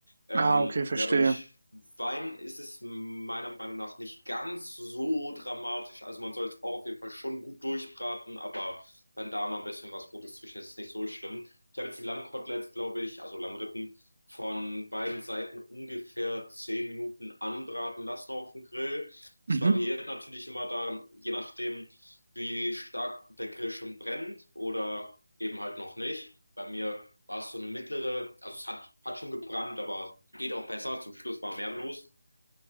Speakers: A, on the left; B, on the right.
A: Ähm,
B: Ah, okay, verstehe.
A: ja, beim Schwein ist es meiner Meinung nach nicht ganz so dramatisch. Also man soll es auch auf jeden Fall schon gut durchbraten, aber dann da mal ein bisschen was Rotes zwischen, das ist nicht so schlimm. Ich habe jetzt die Lammkoteletts, glaube ich, also Lammrippen, von beiden Seiten ungefähr 10 Minuten anbraten lassen auf dem Grill. Es
B: Mhm.
A: variiert natürlich immer da, je nachdem, wie stark der Grill schon brennt oder eben halt noch nicht. Bei mir war es so eine mittlere, also es hat, hat schon gebrannt, aber geht auch besser. Zum Schluss war mehr los.